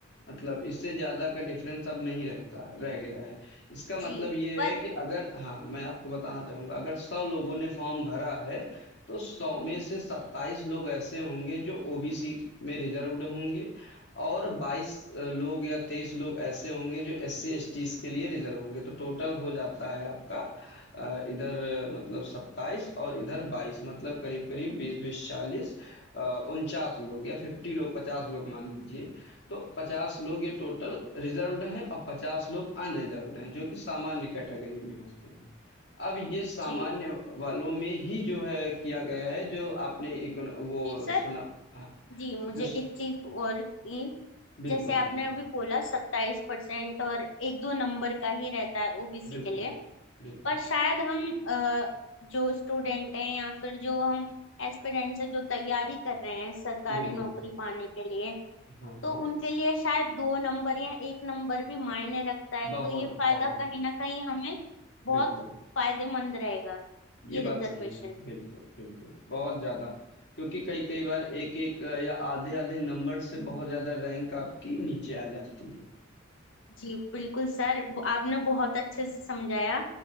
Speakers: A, on the left; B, on the left.
A: मतलब इससे ज़्यादा का डिफरेंस अब नहीं रहता रह गया है इसका मतलब
B: जी
A: ये
B: पर
A: है कि अगर हाँ मैं आपको बताना चाहूँगा अगर सौ लोगों ने फॉर्म भरा है तो सौ में से सत्ताईस लोग ऐसे होंगे जो ओबीसी में रिजर्व्ड होंगे और बाईस लोग या तेईस लोग ऐसे होंगे जो एससी एसटी के लिए रिजर्व होंगे तो टोटल हो जाता है आपका अ, इधर मतलब 27 और इधर 22 मतलब करीब करीब 20 बीस चालीस उनचास लोग या 50 लोग 50 लोग मान लीजिए तो 50 लोग ये टोटल रिजर्व्ड हैं और 50 लोग अनरिजर्व्ड हैं जो कि सामान्य कैटेगरी में होते हैं अब ये सामान्य
B: जी
A: वालों में ही जो है किया गया है जो आपने इकोन- वो
B: सर
A: सुना हाँ,
B: जी मुझे
A: जो
B: एक चीज और की
A: बिल्कुल
B: जैसे
A: बिल्कुल
B: आपने अभी बोला सत्ताईस परसेंट और एक दो नंबर का ही रहता है ओबीसी
A: बिल्कुल
B: के लिए
A: बिल्कुल
B: पर शायद हम अ, जो स्टूडेंट हैं या फिर जो हम एस्पिरेंट्स से जो तैयारी कर रहे हैं सरकारी
A: बिल्कुल
B: नौकरी पाने के लिए
A: हाँ हाँ
B: तो उनके लिए शायद दो नंबर या एक नंबर भी मायने रखता है
A: बहुत
B: तो ये फायदा
A: बहुत
B: कहीं ना कहीं हमें बहुत
A: बिल्कुल
B: फायदेमंद रहेगा
A: ये
B: ये रिजर्वेशन
A: बात सही है बिल्कुल बिल्कुल बहुत ज्यादा क्योंकि कई कई बार एक एक या आधे आधे नंबर से बहुत ज्यादा रैंक आपकी नीचे आ जाती है
B: जी बिल्कुल सर ब- आपने बहुत अच्छे से समझाया